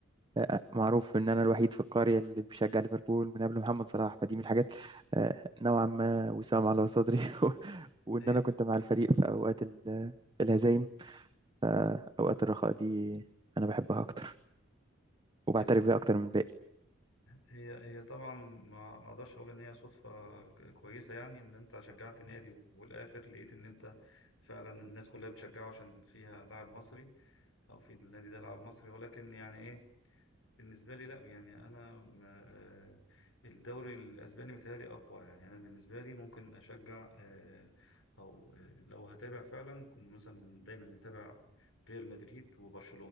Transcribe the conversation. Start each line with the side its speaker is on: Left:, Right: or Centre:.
Right: آه، معروف ان انا الوحيد في القريه اللي بشجع ليفربول من قبل محمد صلاح فدي من الحاجات آه، نوعا ما وسام على صدري <laughs> وان
Left: هي
Right: انا كنت مع الفريق في اوقات ال- الهزايم فاوقات الرخاء دي انا بحبها اكتر وبعترف
Left: هي صوت
Right: بيها اكتر من باقي
Left: هي هي طبعا ما ما اقدرش اقول ان هي صدفه ك- كويسه يعني ان انت شجعت نادي والاخر لقيت ان انت فعلا الناس كلها بتشجعه عشان فيها لاعب مصري او في النادي ده لاعب مصري ولكن يعني ايه بالنسبه لي لا يعني انا ما- آه، الدوري الاسباني متهيألي اقوى يعني انا بالنسبه لي ممكن اشجع آه، او آه، لو هتابع فعلا كنت مثلا دايما متابع ريال مدريد وبرشلونه